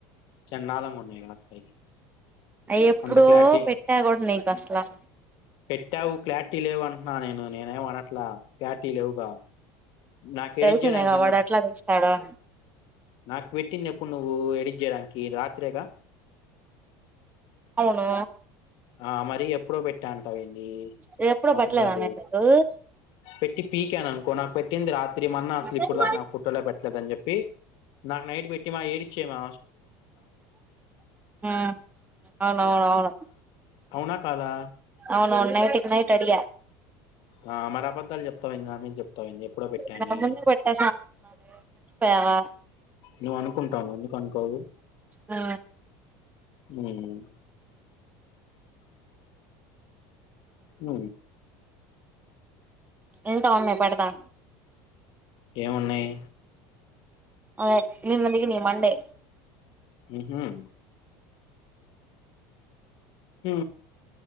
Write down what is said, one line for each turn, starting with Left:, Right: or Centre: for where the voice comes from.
Left: చండాలంగా ఉన్నాయి అసలు
Right: అయి ఎప్పుడో
Left: అంత క్లారిటీ
Right: పెట్టెకూడా నీకు అసలు
Left: ఎ పెట్టావు క్లారిటీ లేవు అంటున్నా నేను నేనేమి అనట్లా క్లారిటీ లేవుగా నాకు ఎడిట్
Right: తెలిసిందేగా
Left: చేయడానికి
Right: వాడు ఎట్లా తీస్తాడో
Left: నాకుపెట్టింది ఎప్పుడు ఎప్పుడు నువ్వు ఎడిట్ చేయడానికి రాత్రి ప్రేగా
Right: అవును
Left: ఆ మరి ఎప్పుడో పెట్టా అంట అ పోయింది
Right: ఇది ఎప్పుడో
Left: ఆబద్దలు
Right: పెట్టలేదా నేను
Left: పెట్టి పీకాను అనుకో నాకు పెట్టింది రాత్రి మన్న అసలు
Right: నీకు
Left: ఇప్పుడు దాకా నా కుట్ట్రలే పెట్టలేదుని చెప్పి నాకు నైట్ పెట్టి మా ఏడిచే మా
Right: ఆ అలా వాలు
Left: అవున కదా
Right: అవును నైట్కి నైట్ అడి
Left: ఆ మరి అబద్ధాలు చెప్తా ఉంది నా మీ చెప్తాంది ఎప్పుడో పెట్టాని
Right: నేను ముందే పెట్టేసా అనుకున్నాలే మర్చిపోయావా
Left: నువ్ అనుకుంటాను ఎందుకు అనుకోవు
Right: ఆ
Left: హమ్ హ
Right: ఇంకా ఉన్నాయి పెడదా
Left: ఏమన్నాయి
Right: అదే నినుందికి న మండే
Left: హమ్ మ్మ హ